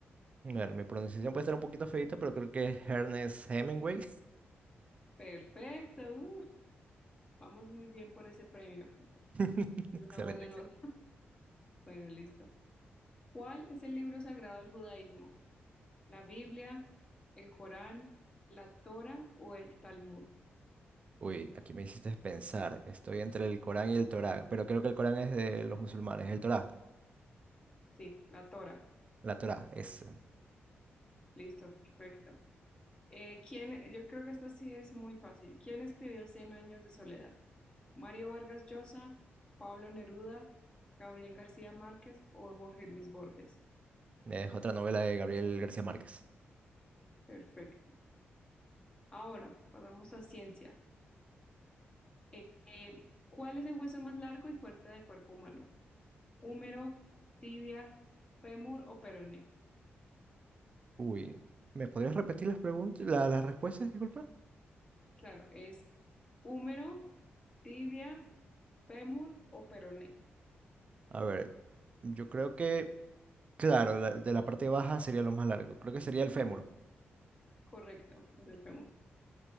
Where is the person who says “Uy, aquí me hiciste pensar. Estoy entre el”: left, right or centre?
Right